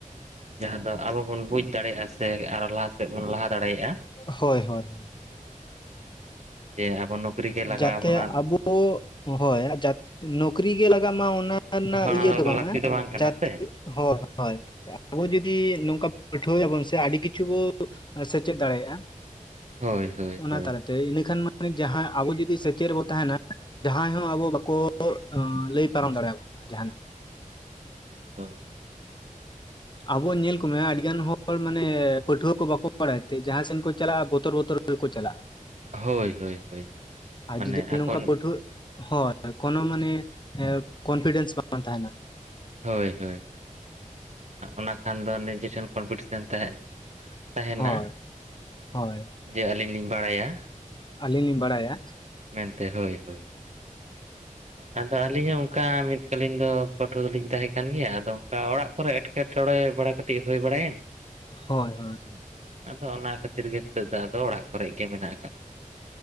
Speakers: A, on the right; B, on the left.
A: ᱡᱟᱦᱟᱸ ᱫᱚ ᱟᱵᱚ ᱵᱚᱱ ᱵᱩᱡᱽ ᱫᱟᱲᱮᱭᱟᱜᱼᱟ ᱥᱮ ᱟᱨᱚ ᱞᱟᱦᱟ ᱥᱮᱫ ᱵᱚᱱ ᱞᱟᱦᱟ ᱫᱟᱲᱮᱭᱟᱜᱼᱟ᱾
B: ᱦᱳᱭ ᱦᱳᱭ ᱦᱳᱭ
A: ᱡᱮ ᱟᱵᱚ ᱱᱚᱠᱨᱤ ᱜᱮ ᱞᱟᱜᱟᱣ
B: ᱡᱟᱛᱮ
A: ᱵᱚᱱᱟ
B: ᱟᱵᱚ ᱦᱳᱭ ᱱᱚᱠᱨᱤ ᱜᱮ ᱞᱟᱜᱟᱜ ᱢᱟ ᱚᱱᱟ ᱚᱱᱟ ᱨᱮᱱᱟᱜ
A: ᱚᱱᱟ
B: ᱤᱭᱟᱹ ᱫᱚ ᱵᱟᱝᱼᱟ
A: ᱞᱟᱹᱠᱛᱤ ᱵᱟᱝ ᱠᱟᱱᱟ
B: ᱡᱟᱛᱮ
A: ᱥᱮ
B: ᱦᱳᱭ ᱦᱳᱭ ᱟᱵᱚ ᱡᱚᱫᱤ ᱱᱚᱝᱠᱟ ᱯᱟᱹᱴᱷᱩᱣᱟᱹᱭᱟᱵᱚᱱ ᱥᱮ ᱟᱹᱰᱤ ᱠᱤᱪᱷᱩ ᱵᱚᱱ ᱥᱮᱪᱮᱫ ᱫᱟᱲᱮᱭᱟᱜᱼᱟ᱾
A: ᱦᱳᱭ ᱦᱳᱭ
B: ᱚᱱᱟ
A: ᱦᱳᱭ
B: ᱛᱟᱞᱟᱛᱮ ᱤᱱᱟᱹᱠᱷᱟᱱ ᱢᱟᱱᱮ ᱡᱟᱦᱟᱸ ᱟᱵᱚ ᱡᱩᱫᱤ ᱥᱮᱪᱮᱫ ᱨᱮ ᱵᱚ ᱛᱟᱦᱮᱱᱟ ᱡᱟᱦᱟᱸᱭ ᱦᱚᱸ ᱟᱵᱚ ᱵᱟᱠᱚ ᱞᱟᱹᱭ ᱯᱟᱨᱚᱢ ᱫᱟᱲᱮᱭᱟᱵᱚᱱᱟ ᱡᱟᱦᱟᱱᱟᱜ᱾
A: ᱦᱳᱭ ᱦᱳᱭ
B: ᱟᱵᱚ ᱧᱮᱞ ᱠᱚᱢᱮ ᱟᱹᱰᱤᱜᱟᱱ ᱦᱚᱲ ᱦᱚᱲ ᱢᱟᱱᱮ ᱯᱟᱹᱴᱷᱩᱣᱟᱹ ᱠᱚ ᱵᱟᱠᱚ ᱵᱟᱲᱟᱭ ᱛᱮ ᱡᱟᱦᱟᱸᱥᱮᱫ ᱠᱚ ᱪᱟᱞᱟᱜᱼᱟ ᱵᱚᱛᱚᱨ ᱵᱚᱛᱚᱨ ᱜᱮᱠᱚ ᱪᱟᱞᱟᱜᱼᱟ᱾
A: ᱦᱳᱭ ᱦᱳᱭ ᱦᱳᱭ
B: ᱟᱨ
A: ᱢᱟᱱᱮ
B: ᱡᱩᱫᱤ
A: ᱟᱠᱚ
B: ᱱᱚᱝᱠᱟ ᱯᱟᱹᱴᱷᱣᱟᱹ ᱦᱳᱭ ᱠᱚᱱᱚ ᱢᱟᱱᱮ ᱠᱚᱱᱯᱷᱤᱰᱮᱱᱥ ᱵᱟᱝ ᱛᱟᱦᱮᱱᱟ᱾
A: ᱦᱳᱭ ᱦᱳᱭ ᱚᱱᱟ ᱠᱷᱟᱱ ᱫᱚ ᱱᱤᱡᱮᱴᱷᱮᱱ ᱠᱚᱢᱯᱤᱴᱤᱥᱮᱱ ᱛᱟᱦᱮᱸ ᱛᱟᱦᱮᱱᱟ
B: ᱦᱳᱭ ᱦᱳᱭ
A: ᱡᱮ ᱟᱹᱞᱤᱧ ᱞᱤᱧ ᱵᱟᱲᱟᱭᱟ᱾
B: ᱟᱞᱤ ᱞᱤᱧ ᱵᱟᱲᱟᱭᱟ
A: ᱢᱮᱱᱛᱮ ᱦᱳᱭ ᱦᱳᱭ᱾ ᱟᱫᱚ ᱟᱹᱞᱤᱧ ᱦᱚᱸ ᱚᱝᱠᱟ ᱢᱤᱫ ᱠᱟᱞᱤᱤᱱ ᱫᱚ ᱯᱟᱹᱴᱷᱩᱣᱟᱹ ᱫᱚᱞᱤᱧ ᱛᱟᱦᱮᱸ ᱠᱟᱱ ᱜᱮᱭᱟ, ᱟᱫᱚ ᱚᱱᱠᱟ ᱚᱲᱟᱜ ᱠᱚᱨᱮ ᱮᱴᱠᱮᱴᱚᱬᱮ ᱵᱟᱲᱟ ᱠᱟᱹᱴᱤᱡ ᱦᱩᱭ ᱵᱟᱲᱟᱭᱮᱱ,
B: ᱦᱳᱭ ᱦᱳᱭ
A: ᱦᱩᱸ ᱟᱫᱚ ᱚᱱᱟ ᱠᱷᱟᱹᱛᱤᱨ ᱜᱮ ᱱᱤᱛᱚᱜ ᱫᱚ ᱟᱫᱚ ᱚᱲᱟᱜ ᱠᱚᱨᱮ ᱜᱮ ᱢᱮᱱᱟᱜ ᱠᱟᱫᱤᱧᱭᱟ᱾